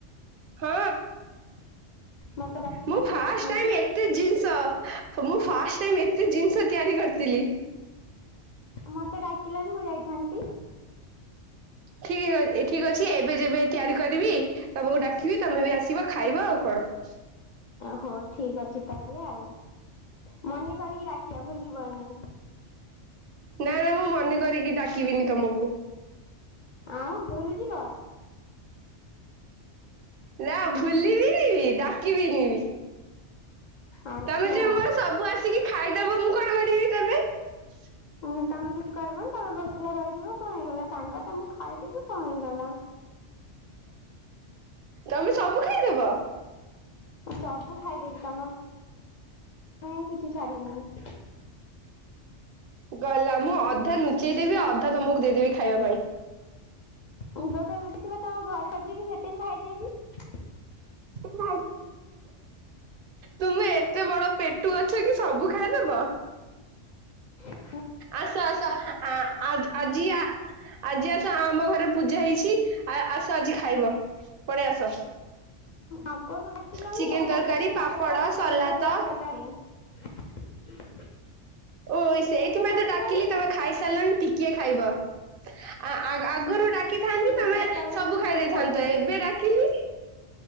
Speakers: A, on the right; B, on the left.
A: ହଁ
B: ମତେ ଡାକିଲନି
A: ମୁଁ ଫାଷ୍ଟ
B: ଯାଇଥାନ୍ତି
A: ଟାଇମ୍ ଏତେ ଜିନିଷ ମୁଁ ଫାଷ୍ଟ ଟାଇମ୍ ଏତେ ଜିନିଷ ତିଆରି କରିଥିଲି।
B: ମତେ ଡାକିଲନି ମୁଁ ଯାଇଥାନ୍ତି।
A: ଠିକ ଅ ଠିକ ଅଛି ଏବେ ଯେବେ ତିଆରି କରିବି ତମକୁ ଡାକିବି ତମେ ବି ଆସିବ ଖାଇବ ଆଉ କଣ। ବଡ଼।
B: ହଉ ଠିକ ଅଛି ତାହେଲେ ଆଉ ମନେ କରିକି ଡାକିବା। ଭୁଲିବନି।
A: ନା ନା ମୁଁ ମନେ କରିକି ଡାକିବିନି ତମକୁ
B: ଆଉ ଭୁଲି ଯିବ।
A: ନା ଭୁଲିବିନି ଡା ଡ଼ାକିବନି ବି
B: ଆଚ୍ଛା।
A: ତମେ ଯୋଉ ମୋର ସବୁ ଆସିକି ଖାଇଦବ ମୁଁ କଣ କରିବି <unintelligible>
B: ଓ! ତମେ କିଛି କରିବନି ତମେ ଭୋକିଲା ରହିଯିବ କଣ ହେଇଗଲା ସାଙ୍ଗଟା ମୁଁ ଖାଇଦେବି କଣ ହେଇଗଲା।
A: ତମେ ସବୁ ଖାଇଦବ।
B: ସବୁ ଖାଇ ଦେଇକି ତମର ମୁଁ କିଛି ଛାଡ଼ିବିନି।
A: ଗଲା ମୁଁ ଅଧା ନୁ ନୁଚେଇ ଦେବି ଅଧା ତମକୁ ଦେଇଦେବି ଖାଇବା ପାଇଁ।
B: ଯୋଉଟା ଲୁଚିଥିବ ତମ ଘରେ ହଯିକି ସେଟିକି ଖାଇଦେବି।
A: <unintelligible> ତୁମେ ଏତେ ବଡ ପେଟୁ ଅଛ କି ସବୁ ଖାଇଦବ।
B: ସେ
A: ଆସ ଆସ ଆ-ଆଜି ଆଜି ଆସ ଆମ ଘରେ ପୂଜା ହେଇଛି ଆ-ଆସ ଆଜି ଖାଇବ ପଳେଇ ଆସ।
B: ଆଗରୁ ଡାକିଲନି
A: ଚିକେନ
B: ଏବେ
A: ତରକାରୀ
B: ଡାକୁଛି ମୁଁ
A: ପାପଡ଼
B: ଖାଇସାରିଲିନି ମ
A: ସଲାତ
B: ପେଟରେ ଆଉ ଜଗା ନାହିଁ। ହ
A: ଓ ସେଇଥିପାଇଁ
B: ଡାକିଲନି
A: ତ ଡାକିଲି ତମେ ଖାଇସାରିଲଣି ଟିକିଏ ଖାଇବ। ଆ-ଆଗରୁ ଡାକିଥାନ୍ତି
B: ଚାରିଟା
A: ତମେ
B: ବେଳେ
A: ସବୁ
B: ଯିବି
A: ଖାଇ ଦେଇଥାନ୍ତ
B: ଖାଇଦେବି।
A: ଏବେ ଡାକିଲି।